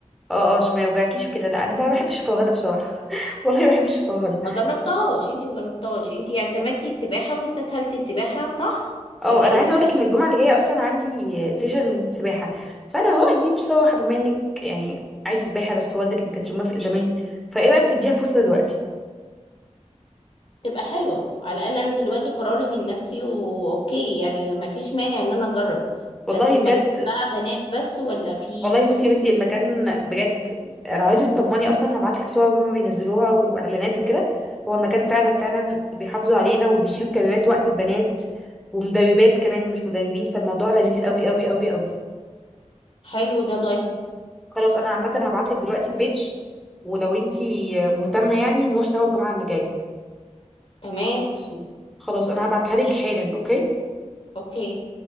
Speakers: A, in the centre; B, on the left (about 50°).
A: اه اه عشان ما يوجعكيش وكده لا انا ما بحبش الفرهده بصراحه <laughs> والله ما بحبش الفرهده
B: ما جربتهاش انت ما جربتهاش انت اعتمدتي السباحة واستسهلتي السباحة صح
A: اه
B: ولا
A: انا
B: ايه
A: عايزه
B: الدنيا؟
A: اقول لك ان الجمعه اللي جايه اصلا عندي سيشن سباحه فانا هو اجيب سباحه بما انك يعني عايزه سباحه بس والدك ما كانش موافق زمان فايه رايك تديها فرصه دلوقتي
B: تبقى حلوة على الأقل أنا دلوقتي قراري من نفسي وأوكي يعني ما فيش مانع إن أنا أجرب
A: والله
B: بس المكان
A: بجد
B: بقى بنات بس ولا في
A: والله بصي يا بنتي المكان بجد انا عايزه تطمني اصلا هبعت لك صور هما بينزلوها واعلانات وكده هو المكان فعلا فعلا بيحافظوا علينا وبيشيلوا الكاميرات وقت البنات ومدربات كمان مش مدربين فالموضوع لذيذ قوي قوي قوي قوي
B: حلو ده طيب
A: خلاص انا عامه هبعت لك دلوقتي البيج ولو انتي مهتمه يعني نروح سوا الجمعه اللي جايه
B: تمام
A: خلاص خلاص
B: مستنياكي
A: انا هبعتها لك حالا اوكي
B: اوكي